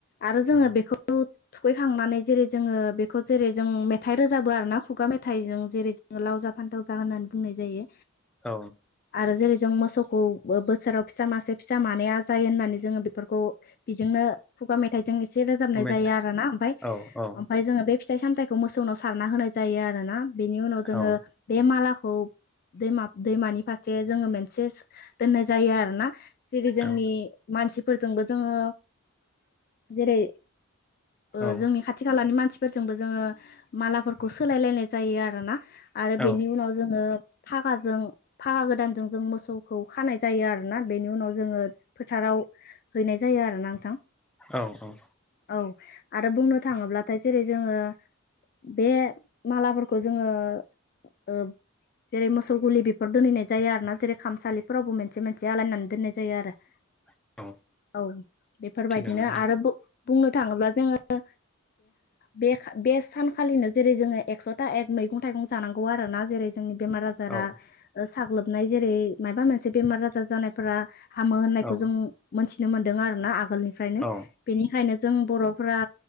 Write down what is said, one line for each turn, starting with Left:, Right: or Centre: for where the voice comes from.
Left: आरो जोंङो
Centre: औ
Left: बेखो <unintelligible> थुखैखांनानै जेरै जोंङो बेखौ जेरै जों मेथाइ रोजाबो आरो ना खुगा मेथाइजों जेरै जों लाव जा फान्थाव जा होननानै बुंनाय जायो।
Centre: औ
Left: आरो जेरै जों मोसौखौ बोसोराव फिसा मासे फिसा मानाया जायो होननानै जोंङो बेफोरखौ बिजोंनो खुगा मेथाइजों एसे रोजाबनाय
Centre: ओमफ्राय
Left: जायो
Centre: दा
Left: आरोना ओमफाय
Centre: औ औ
Left: ओमफाय जोंङो बे फिथाइ सामथाइखौ मोसौनाव सारना होनाय जायो आरो ना बेनि उनाव जोंङो
Centre: औ
Left: बे मालाखौ दैमा दैमानि फारसे जोंङो मोनसे दोननाय जायो आरोना। जेरै जोंनि
Centre: औ
Left: मानसिफोरजोंबो जोंङो जेरै ओ
Centre: औ
Left: जोंनि खाथ थि खालानि मानसिफोरजोंबो जोंङो मालाफोरखौ सोलायलायनाय जायो आरोना आरो बेनि
Centre: औ
Left: उनाव जोंङो फागाजों फागा गोदानजों जों मोसौखौ खानाय जायो आरो। ना बेनि उनाव जोंङो फोथाराव हैनाय जायो आरोना नोंथां।
Centre: औ औ
Left: औ आरो बुंनो थांङोब्लाथाय जेरै जोंङो। बे मालाफोरखौ जोंङो ओब जेरै मोसौ गुलि बेफोर दोनहैनाय जायो आरो ना जेरै खामसालिफोरावबो मोनसे मोनसे आलायनानै दोननाय जायो आरो।
Centre: <inaudible>
Left: औ बेफोरबायदिनो
Centre: थिगानो
Left: आरो बुं बुंनोथांङोब्ला जोंङो यो बेह बे सानखालिनो जेरै जोंङो एकस'था एक मैगं थाइगं जानां गौ आरोना जेरै जोंनि बेमार आजारा
Centre: औ
Left: ओ साग्लोबनाय जेरै माबा मोनसे बेमार आजार जानायफोरा हामो होननायखौ
Centre: औ
Left: जों मोनथिनो मोनदों आरो ना आगोलनिफ्रायनो
Centre: औ
Left: बेनिखायनो जों बर'फ्रा